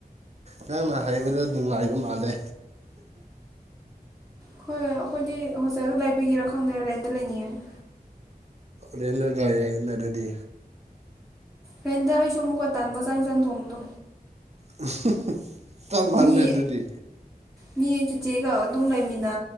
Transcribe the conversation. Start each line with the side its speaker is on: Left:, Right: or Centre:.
Right: ꯅꯪꯅ ꯍꯥꯏꯕꯗ ꯅꯨꯡꯉꯥꯏꯕ ꯃꯥꯜꯂꯦ
Centre: ꯍꯣꯏ ꯑꯩꯈꯣꯏꯗꯤ ꯍꯣꯁꯇꯦꯜꯗ ꯂꯩꯕꯒꯤꯔꯥ ꯈꯪꯗꯦ ꯔꯦꯟꯗ ꯂꯩꯅꯤꯡꯉꯦ
Right: ꯔꯦꯟꯗ ꯂꯩꯔꯣꯗꯅ ꯑꯗꯨꯗꯤ
Centre: ꯔꯦꯟꯗꯣ ꯑꯩꯁꯨ ꯑꯃꯨꯛꯀ ꯇꯟꯕ ꯆꯥꯛ ꯍꯦꯟꯁꯥꯡ ꯊꯣꯡꯕꯗꯣ
Right: ꯍꯨꯝ ꯍꯨꯝ ꯆꯞ ꯃꯥꯟꯅꯩ
Centre: ꯃꯤ
Right: ꯑꯗꯨꯗꯤ
Centre: ꯃꯤ ꯆꯤꯆꯦꯒ ꯑꯗꯨꯝ ꯂꯩꯃꯤꯟꯅ__